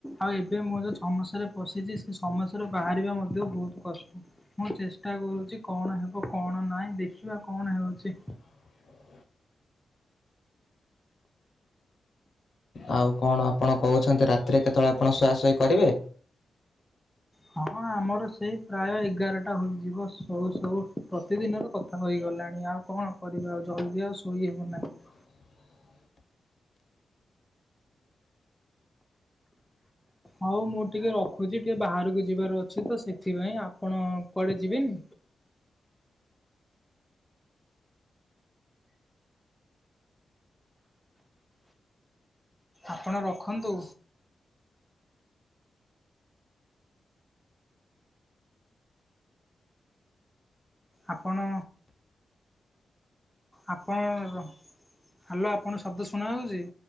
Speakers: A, in the centre; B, on the left.
A: ଆଉ ଏବେ ମୁଁ ଯୋଉ ସମସ୍ୟାରେ ପଶିଛି ସେ ସମସ୍ୟାରୁ ବାହାରିବା ମଧ୍ୟ ବହୁତ କଷ୍ଟ ମୁଁ ଚେସ ଚେଷ୍ଟା କରୁଛି କଣ ହେବ କଣ ନାହିଁ ଦେଖିବା କଣ ହେଉଛି।
B: <inaudible> ଆଉ କଣ ଆପଣ କହୁଛନ୍ତି ରାତିରେ କେତେବେଳେ ଆପଣ ସୁହା ସୁହି କରିବେ?
A: ହଁ। ହଁ ଆମର ସେଇ ପ୍ରାୟ ଏଗାରଟା ହୋଇଯିବ ସଉ ସଉ ପ୍ରତିଦିନର କଥା ହୋଇଗଲାଣି ଆ ଆଉ କଣ କରିବା ଆଉ ଜଲଦି ଆଉ ଶୋଇ ହେବ ନାହିଁ।
B: <inaudible>
A: ହଉ ମୁଁ ଟିକେ ରଖୁଛି ଟିକେ ବାହାରକୁ ଯିବାର ଅଛି ତ ସେଥିପାଇଁ ଆପଣ କୁଆଡେ ଯିବେନି?
B: <inaudible>
A: ଆପଣ ରଖନ୍ତୁ। ଆପଣ ଆପଣ ହ୍ୟାଲୋ, ଆପଣଙ୍କୁ ଶବ୍ଦ ଶୁଣା ଯାଉଛି?